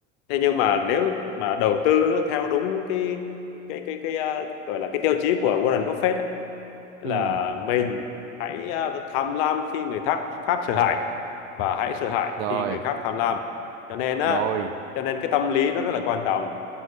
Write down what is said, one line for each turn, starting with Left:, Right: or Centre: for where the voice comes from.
Left: thế nhưng mà nếu mà đầu tư theo đúng cái cái cái cái ờ, gọi là cái tiêu chí của Warren Buffett á, là
Right: ừ
Left: mình hãy ờ, tham lam khi người khác khác sợ hãi và hãy sợ hãi
Right: rồi
Left: khi người khác tham lam cho nên á
Right: rồi
Left: cho nên cái tâm lý nó rất là quan trọng